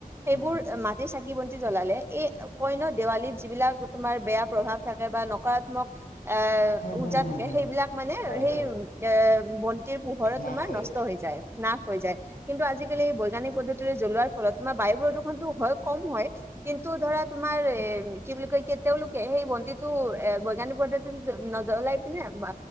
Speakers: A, on the right (about 15°); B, on the left (about 75°).
A: সেইবোৰ
B: উম উম উম
A: মাটি চাকি বি জ্বলালে এই কই্য দেৱালীত যিবিলাক তোমাৰ বেয়া প্ৰভাৱ থাকে বা নকাত্মক এ
B: হুম হুম
A: ওৰ্জা
B: হুম
A: থাকে
B: হুম
A: সেইবিলাক মানে
B: হয়
A: সেই
B: হয়
A: এ বন্তিৰ পোহৰত
B: নাশ
A: তোমাৰ
B: হয়
A: নষ্ট হৈ যায় না হৈ যায় কিন্তু আজিাল এই বৈজ্ঞানিক পদ্ধতিৰে জ্বলোৱাৰ ফলত তোমাৰ বায়ু প্ৰদূষণতটো হয় কম হয় কিন্তু ধৰা তোমাৰ এ কি বুলি কয় কেতিয়াও লোকে সেই বন্তিটো এ বজ্ানিক পদ্ধতিত নজ্বলাই পিনে বা